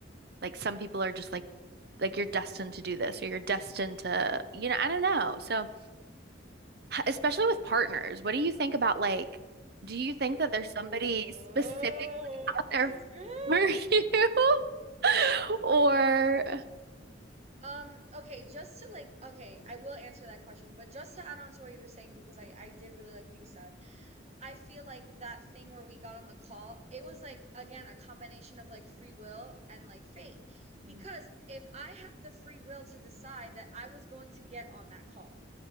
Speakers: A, on the right; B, on the right.
A: like some people are just like like you're destined to do this or you're destined to, you know, I don't know. So especially with partners. What do you think about like, do you think
B: Ooh,
A: that there's somebody specifically out
B: this
A: there
B: is good.
A: for <laughs> you? <laughs> Or
B: Uh, Um, okay, just to like, okay, I will answer that question, but just to add on to what you were saying, because I, I did really like what you said. I feel like that thing where we got on the call, it was like, again, a combination of like free will and like fate.
A: Mm.
B: Because if I had the free will to decide that I was going to get on that call,